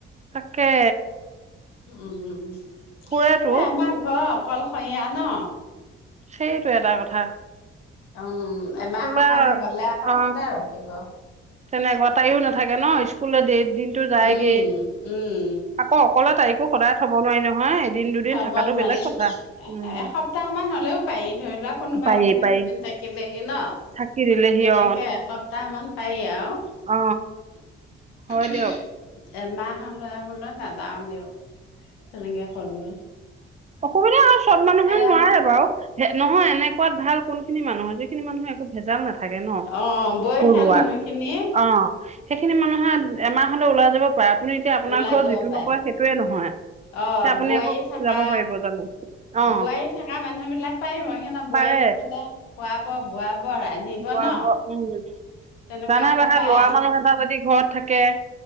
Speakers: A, on the right; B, on the left.
A: তাকে,
B: উহুম উম।
A: ফুৰেতো
B: এ আমাৰ ঘৰ কলশৰীয়া ন।
A: সেইটো এটা কথা
B: উম। এমাহৰ
A: কোনোবা
B: কাৰণে গলে আকৌ
A: অ
B: কোনে ৰখিব।
A: তেনেকুৱা। তায়ো নাথাকে ন। স্কুললে ডেৰি দিনটো যায়গে।
B: উম উম
A: আকৌ অকলে তাইকো সদায় থব নোৱাৰি নহয়। এদিন দুদিন
B: হব
A: থকাটো
B: নোৱাৰিম।
A: বেলেগ কথা
B: এ
A: উম
B: এসপ্তাহ মান হলেও পাৰি। ধৰি লোৱা কোনোবা
A: পাৰি
B: এজনে
A: পাৰি
B: দুদিন থাকিলে কে ন।
A: থাকি দিলেহি
B: তেনেকে
A: অ
B: এসপ্তাহ মান পাৰি আৰু।
A: অ হয় দিয়ক
B: এমাহ ধান লৰাবলৈ নাযাওঁ দিয়ক। তেনেকে কলো আৰু।
A: অকমানে আৰু চব মানুহে
B: আৰু
A: নোৱাৰে বাৰু ন নহয় এনেকুৱা ভাল কোন খিনি মানুহ যিখিনি মানুহ একো ভেজাল নাথাকে ন
B: অ বয়সীয়াল
A: ঘৰুৱা
B: মানুহখিনি
A: অ সেইখিনি মানুহে এমাহ হলে ওলাই যাব আপুনি এতিয়া আপোনাৰ
B: ওলাই
A: ঘৰত
B: যাব
A: যিটো
B: পাৰে
A: নকৰে সেইটোৱে নহয়।
B: অ',
A: তে আপুনি
B: বোৱাৰী
A: আকৌ
B: থাকা
A: যাব পাৰিব জানো অ
B: বোৱাৰী থাকা মানুহ বিলাক প্ৰায়
A: পাৰে
B: সিহঁতে খুৱাব বোৱাব ৰান্ধিব
A: বোৱাব
B: ন
A: উম
B: তেনেকুৱা
A: জানা
B: হলে
A: নহয়
B: পায়
A: ল'ৰা মানুহ এটা যদি ঘৰত থাকে